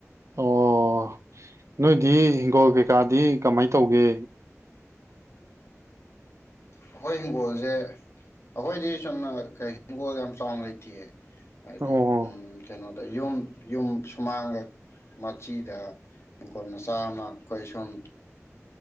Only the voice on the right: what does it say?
ꯑꯣ ꯅꯣꯏꯗꯤ ꯍꯤꯡꯒꯣꯜ ꯀꯩꯀꯥꯗꯤ ꯀꯃꯥꯏ ꯇꯧꯒꯦ꯫
ꯑꯣ